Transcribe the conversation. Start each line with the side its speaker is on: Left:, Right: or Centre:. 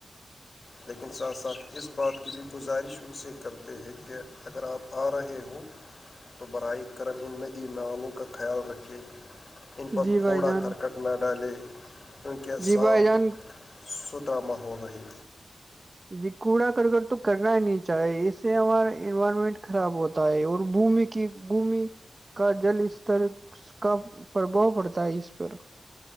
Left: لیکن ساتھ ساتھ اس بات کی بھی گزارش ان سے کرتے ہیں کہ اگر آپ آ رہے ہو تو برائے کرم ندی نالوں کا خیال رکھے ان پر
Right: جی بھائی
Left: کوڑا
Right: جان
Left: کرکٹ نہ ڈالے کیونکہ
Right: جی
Left: صاف
Right: بھائی جان
Left: سترا ماحول رہی
Right: جی کوڑا کرکر تو کرنا ہی نہیں چاہی اس سے ہمارا انوائرمنٹ خراب ہوتا ہے اور بھمی کی گھمی کا جل استر کا پربھؤ پڑتا ہے اس پر